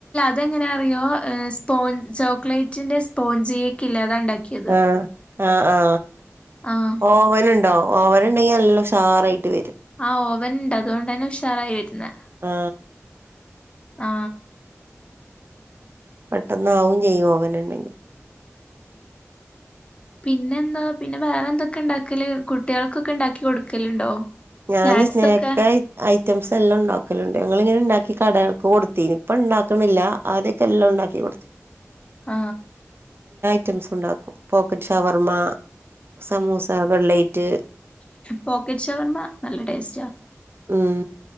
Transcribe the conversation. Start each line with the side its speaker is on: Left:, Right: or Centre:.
Left: അതെങ്ങനെ അറിയോ്പോ ചോക്ലേറ്റിന്റെ സ്പോഞ്ച് കേക്കില്ലേ അതാ ഇണ്ടാക്കിയത്
Right: ആ ആ ആ
Left: ആഹ്
Right: ഓവൻ ഉണ്ടോ ഓവൻ ഉണ്ടെങ്കിൽ എല്ലാം ഉഷാറായിട്ട് വരും
Left: ആ ഓവൻ ഉണ്ട് അതുകൊണ്ട്ന്നെ ഉഷാറായി കേറ്റുന്നേ
Right: ആ
Left: ആ
Right: പെട്ടെന്ന് ആവും ചെയ്യും ഓവനുണ്ടെങ്കിൽ
Left: പിന്നെ എന്താ പിന്നെ വേറെ എന്തൊക്കെ ഉണ്ടാക്കല് കുട്ടികൾക്കൊക്കെ ഉണ്ടാക്കി കൊടുക്കലുണ്ടോ
Right: ഞാന്
Left: സ്നാക്സ്
Right: സ്നക്ക്
Left: ഒക്കെ
Right: ഐറ്റംസ് എല്ലാം ഒണ്ടാവും ക്കലുണ്ട് ഞങ്ങിങ്ങനെ ഉണ്ടാക്കി കടകൾക്ക് കൊടുത്തീന് ഇപ്പം ഇണ്ടാക്കണില്ല ആദ്യക്കെ എല്ലാം ഉണ്ടാക്കി കൊടുത്തി
Left: ആ
Right: ഐറ്റംസ് ഉണ്ടാക്കും പോക്കറ്റ് ഷവർമ്മ, സമൂസ, കലേറ്റ്
Left: പോക്കറ്റ് വർമ്മ നല്ല ടേസ്റ്റാ
Right: ഉം